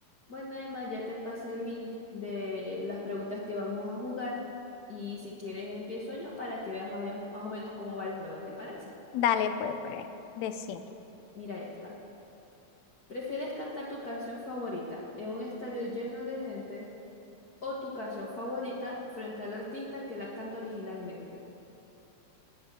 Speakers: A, on the left (about 40°); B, on the left (about 75°).
A: Bueno, Emma, ya te pasé el link de las preguntas que vamos a jugar y si quieres empiezo yo para que veas más, bien- más o menos cómo va el juego, ¿te parece?
B: Dale, pues, pues, decime.
A: Mira esta. ¿Prefieres cantar tu canción favorita en un estadio lleno de gente o tu canción favorita frente al artista que la canta originalmente?